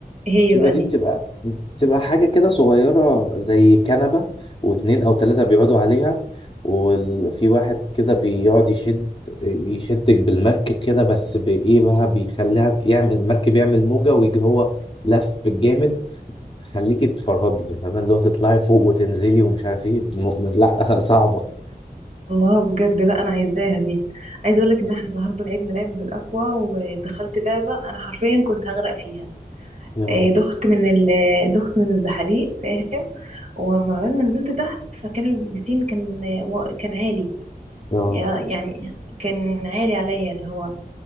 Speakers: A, on the right; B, on the left.
A: ايه هي
B: التيوبه
A: بقى
B: دي
A: دي
B: بتبقى تبقى حاجة كده صغيرة زي كنبة واتنين أو تلاتة بيقعدوا عليها وفي واحد كده بيقعد يشد يشدك بالمركب كده بس بإيه بقى بيخليها ت- يعمل المركب يعمل موجة ويجي هو لف جامد تخليكي تفرهدي يعني فاهمة اللي هو تطلعي فوق وتنزلي ومش عارف ايه م- لا <laughs> صعبة
A: الله بجد لا انا عايزاها دي عايزه اقول لك ان احنا النهارده لعبنا لعبه في الاكوا ودخلت لعبه انا حرفيا كنت هغرق فيها
B: يا
A: إيه، دخت من ال آه، دخت من الزحاليق فاهم وما ما نزلت تحت فكان البسين كان كان عالي
B: يا
A: يعني كان عالي عليا اللي هو